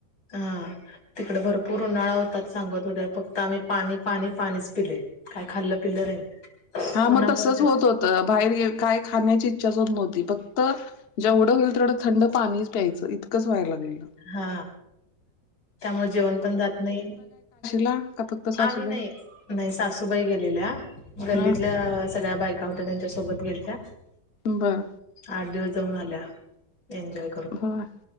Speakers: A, on the left; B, on the left.
A: हा तिकड भरपूर उन्हाळा होतात. सांगत होत्या. फक्त आम्ही पाणी पाणी पाणीच पिलय. काय खाल्लं पिल्लं नाही.
B: हा
A: उन्हामुळे
B: म तसच
A: जास्त
B: होत होत बाहेर काय खाण्याची इच्छाच होत नव्हती फक्त जेवढं होईल तेवढं थंड पाणीच प्यायचं इतकंच व्हाय लागलेलं.
A: हा त्यामुळ जेवण पण जात नाही.
B: आ का फक्त सासूबाई
A: आम्ही नाही. नाही सासूबाई गेलेल्या. गल्लीतल्या
B: हा
A: सगळ्या बायका हो त्या त्यांच्या सोबत गेलत्या.
B: बर
A: आठ दिवस जाऊन आल्या एनजॉय
B: हा